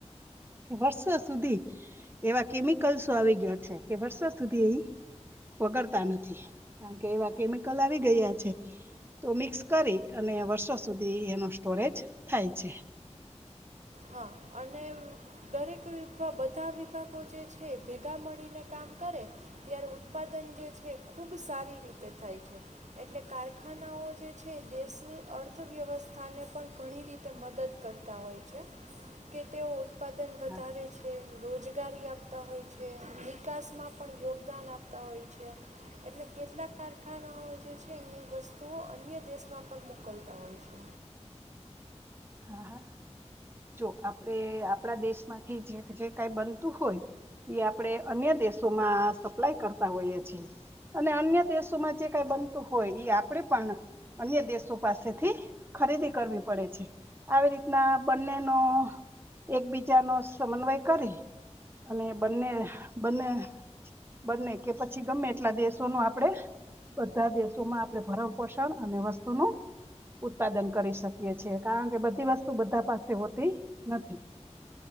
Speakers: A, on the right; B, on the right.
A: કે વર્ષો સુધી એવા કેમિકલ્સો આવી ગયા છે કે વર્ષો સુધી એ વગડતા નથી કારણ કે એવા કેમિકલ આવી ગયા છે તો મિક્સ કરી અને વર્ષો સુધી એનો સ્ટોરેજ થાય છે
B: હા અને દરેક વિભ બધા વિભાગો જે છે ભેગા મળીને કામ કરે ત્યારે ઉત્પાદન જે છે ખૂબ સારી રીતે થાય છે એટલે કારખાનાઓ જે છે દેશની અર્થવ્યવસ્થાને પણ ઘણી રીતે મદદ કરતા હોય છે અચ્છ કે તેઓ ઉત્પાદન વધારે
A: હા
B: છે રોજગારી આપતા હોય છે નિકાસમાં પણ યોગદાન આપતા હોય છે, એટલે કેટલાક કારખાનાઓ જે છે એની વસ્તુઓ અન્ય દેશમાં પણ મોકલતા હોય છે.
A: હા હા જો આપણે આપણા દેશમાંથી જે કઈ બનતું હોય એ આપણે અન્ય દેશોમાં સપ્લાય કરતા હોઈએ છીએ, અને અન્ય દેશોમાં જે કઈ બનતું હોય એ આપણેે પણ, અન્ય દેશો પાસેથી ખરીદી કરવી પડે છે. આવી રીતના બંનેનો એકબીજાનો સમન્વય કરી અને બંને બંને બંને કે પછી ગમે એટલા દેશોનું આપણે બધા દેશોમાં આપણે ભરણ પોષણ અને વસ્તુનું ઉત્પાદન કરી શકીએ છેએ, કારણ કે બધી વસ્તુ બધા પાસે હોતી નથી.